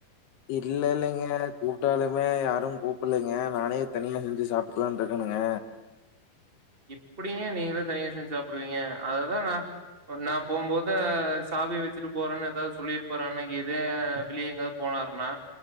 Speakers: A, on the left (about 70°); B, on the right (about 15°).
A: இல்ல இல்லைங்க கூப்பிட்டாலுமே யாரும் கூப்பிடல்லைங்க நானே தனியா செஞ்சு சாப்டுக்கலான்னு இருக்கணுங்க
B: எப்படிங்க நீங்களே தனியா செஞ்சு சாப்பிடுவீங்க அததா நா ஒ நா போம்போது சாவிய வச்சுட்டு போறேன்னு ஏதாவது சொல்லிருப்பாரு அன்னைக்கு இதே வெளியே எங்காதுப் போனாருனா